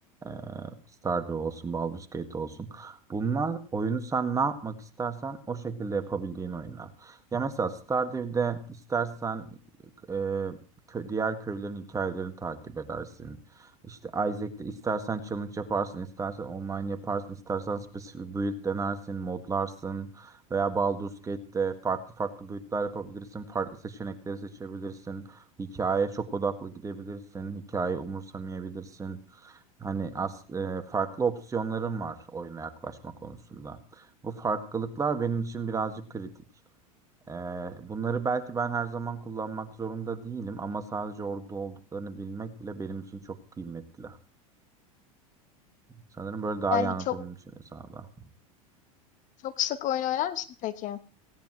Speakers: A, on the right; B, on the left.
A: eee, Stardew olsun, Baldur's Gate olsun. Bunlar oyunu sen ne yapmak istersen o şekilde yapabildiğin oyunlar. Ya mesela Stardew'de istersen eee, kö- diğer köylerin hikayelerini takip edersin. İşte Isaac'te istersen challenge yaparsın, istersen online yaparsın, istersen spesifik build denersin, modlarsın. Veya Baldur's Gate'de farklı farklı build'ler yapabilirsin, farklı seçenekleri seçebilirsin. Hikaye çok odaklı gidebilirsin. Hikaye umursamayabilirsin. Hani as, e, farklı opsiyonların var oyuna yaklaşma konusunda. Bu farklılıklar benim için birazcık kritik. E, bunları belki ben her zaman kullanmak zorunda değilim ama sadece orada olduklarını bilmek bile benim için çok kıymetli. Sanırım böyle daha
B: Yani
A: iyi anlatabilmişim
B: çok
A: sana da.
B: Çok sık oyun oynar mısın peki? Ya